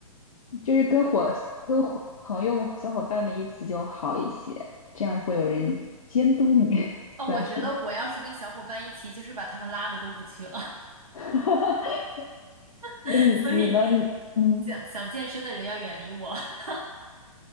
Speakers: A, on the left; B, on the right.
A: 就是跟伙跟伙朋友们、小伙伴们一起就好一些，这样会有人监督你，<laughs>
B: 啊、我觉得我要是跟小伙伴一起，
A: 算是。
B: 就是把他们拉的都不去了，
A: <laughs>
B: <laughs>
A: 那你你呢？
B: 所以
A: 你嗯，
B: 想想健身的人要远离我。<laughs>